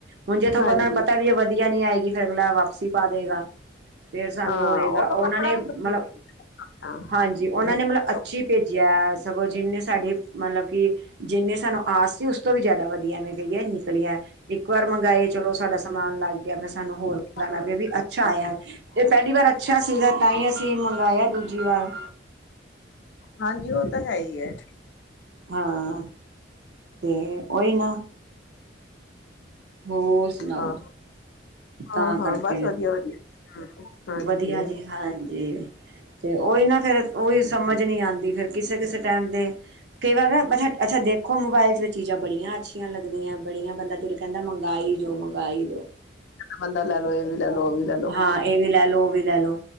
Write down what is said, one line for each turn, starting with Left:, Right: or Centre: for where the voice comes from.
Right: ਹੁਣ ਜਿਥੋਂ,
Left: ਹਾਂਜੀ
Right: ਬੰਦੇ ਪਤਾ ਵੀ ਉਹ ਵਧੀਆ ਨੀ ਆਏਗੀ ਫਿਰ ਅਗਲਾ ਵਾਪ ਵਪਸੀ ਪਾ ਦੇਗਾ, ਫੇਰ ਸਾਨੂੰ
Left: ਹਾਂ
Right: ਹੋਏਗਾ
Left: ਉਹ
Right: ਉਹਨਾਂ
Left: ਤਾਂ ਕੱਪੜਾ
Right: ਨੇ,
Left: ਵੀ
Right: ਮਤਲਬ
Left: ਹਾਂ
Right: ਹਾਂਜੀ, ਉਹਨਾਂ
Left: ਇਹਨਾਂ
Right: ਨੇ ਮਤਲਬ ਅੱਛੀ ਭੇਜਿਆ ਸਗੋਂ ਜਿਹਨੇ ਸਾਡੀ, ਮਤਲਬ ਕਿ ਜਿਹਨੇ ਸਾਨੂੰ ਆਸ ਉਸ ਤੋਂ ਵੀ ਜ਼ਿਆਦਾ ਵਧੀਆ ਨਿਕਲੀਆਂ। ਇੱਕ ਵਾਰ ਮੰਗਵਾਏ ਚਲੋ, ਸਾਡਾ ਸਮਾਨ ਲੱਗ ਗਿਆ ਪਰ, ਸਾਨੂੰ ਹੋਰ
Left: ਹੂੰ
Right: ਮੰਗਵਾਉਣਾ ਪਿਆ ਵੀ ਅੱਛਾ ਆਇਆ। ਤੇ ਪਹਿਲੀ ਵਾਰ ਅੱਛਾ ਸੀਗਾ, ਤਾਂ ਹੀ ਅਸੀਂ ਮੰਗਾਇਆ ਦੂਜੀ ਵਾਰ
Left: ਹਾਂਜੀ, ਉਹ ਤਾਂ ਹੈ ਹੀ ਹੈ।
Right: ਹਾਂ ਤੇ ਓਹੀ ਨਾ। ਹੋਰ ਸੁਣਾਓ?
Left: ਹਾਂ
Right: ਤਾਂ
Left: ਹਾਂ- ਹਾਂ
Right: ਕਰਕੇ
Left: ਬਸ, ਵਧੀਆ ਵਧੀਆ। ਹਾਂਜੀ
Right: ਵਧੀਆ ਜੀ, ਹਾਂਜੀ, ਤੇ ਉਹੀ ਨਾ ਫੇਿਰ ਉਹੀ ਸਮਝ ਨਹੀਂ ਆਉਂਦੀ, ਫਿਰ ਕਿਸੇ -ਕਿਸੇ ਟਾਈਮ ਤੇ ਕਈ ਵਾਰ, ਅੱਛਾ -ਅੱਛਾ ਦੇਖੋ ਮੋਬਾਇਲ 'ਚ ਚੀਜ਼ਾਂ ਬੜੀਆਂ ਅੱਛੀਆਂ, ਲੱਗਦੀਆਂ ਬੜੀਆਂ ਬੰਦਾ ਦਿਲ ਕਹਿੰਦਾ ਮੰਗਾਈ ਜਾਉ, ਮੰਗਾਈ ਜਾਉ।
Left: ਬੰਦਾ, ਲੈ ਲੋ, ਇਹ ਵੀ ਲੈ ਲੋ, ਉਹ ਵੀ ਲੈ ਲੋ।
Right: ਹਾਂ, ਇਹ ਵੀ ਲੈ ਲਓ, ਉਹ ਵੀ ਲੈ ਲੋ,